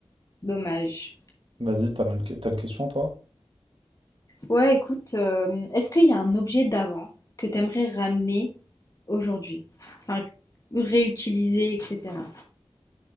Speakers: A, on the left; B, on the right.
A: dommage.
B: Vas-y, t'as une, t'as une question, toi?
A: Ouais, écoute, euh, est-ce qu'il y a un objet d'avant que tu aimerais ramener aujourd'hui? Enfin, réutiliser, etc.